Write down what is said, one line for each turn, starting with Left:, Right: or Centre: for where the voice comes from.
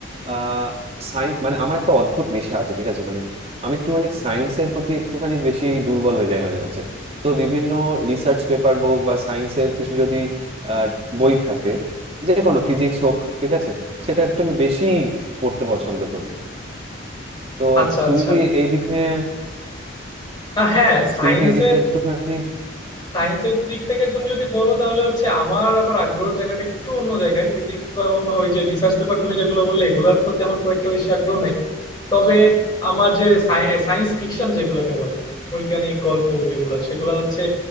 Right: আহ সায়েন্স মানে আমার একটা অদ্ভুত নেশা আছে ঠিক আছে মানে আমি একটুখানি সায়েন্সের প্রতি একটুখানি বেশি দুর্বল হয়ে যাই মাঝে মাঝে তো বিভিন্ন রিসার্চ পেপার হোক বা সায়েন্সের কিছু যদি আহ, বই থাকে যে কোনো ফিজিক্স হোক ঠিক আছে সেটা একটু আমি বেশি পড়তে পছন্দ করি তো
Left: আচ্ছা
Right: তুমি
Left: আচ্ছা
Right: কি এই দিক নিয়ে
Left: আহ, হ্যাঁ সায়েন্সের
Right: তুমি কি এই দিকটা একটুখানি
Left: সায়েন্সের দিক থেকে তুমি যদি বলো তাহলে হচ্ছে আমার আবার আগ্রহের জায়গাটা একটু অন্য জায়গায় ফিজিক্স বা অন্য ওই যে রিসার্চ পেপার তুমি যেগুলো বললে এগুলোর প্রতি আমার খুব একটা বেশি আগ্রহ নাই তবে আমার যে সায়েন্স ফিকশন যেগুলোকে বলে বৈজ্ঞানিক গল্প যেগুলো সেগুলো হচ্ছে